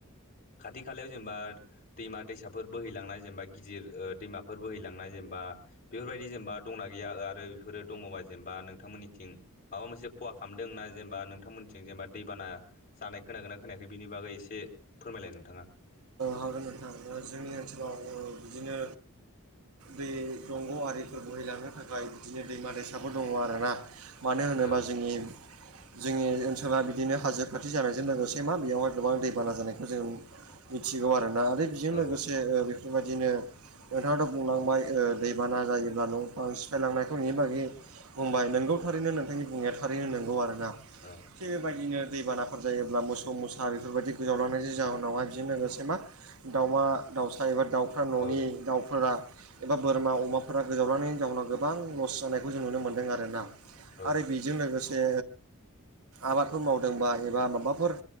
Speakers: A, on the left; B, on the right.
A: खाथि खालायाव जेनेबा दैमा दैसाफोर बोहैलांनाय जेनेबा गिदिर दैमाफोर बोहैलांनाय जेनेबा बेफोरबायदि जेनेबा दंना गैया आरो बेफोरो दङबा जेनेबा नोंथांमोननि थिं माबा मोनसे खहा खालामदोंना जेनेबा नोंथांमोनथिं जेनेबा दैबाना जानाय खोनागोन ना खोनायाखै बिनि बागै एसे फोरमायलाय नोंथाङा
B: हागोन नोंथां जोंनि ओनसोलाव बिदिनो दै दंग' आरिफोर बोहैलांनो थाखाय बिदिनो दैमा दैसाबो दङ आरोना मानो होनोबा
A: औ
B: जोंनि जोंनि ओनसोला बिदिनो हाजो खाथि जानायजों लोगोसे मा बेयावहाय गोबां दैबाना जानायखौ जों मिथिगौ आरोना आरो बेजों
A: औ
B: लोगोसे बेफोरबायदिनो नोंथाङाथ' बुंलांबाय दैबाना जायोब्ला न' बां सिफायलांनायफोरनि बागि बुंबाय नंगौ थारैनो नोंथांनि बुंनाया थारैनो नंगौ आरो ना
A: औ
B: थिग बेबायदिनो दैबाना जायोब्ला मोसौ मुसा बेफोरबायदि गोजावलांनायनि जाहोनावहाय बेजों लोगोसे मा दाउमा दाउसा एबा दाउफोरा न'नि
A: औ
B: दाउफोरा एबा बोरमा अमाफोरा गोजावलांंनायनि जाउनाव गोबां लस जानायखौ जों नुनो मोन्दों आरोना
A: औ
B: आरो बि जों लोगोसे आबादफोर मावदोंबा एबा माबाफोर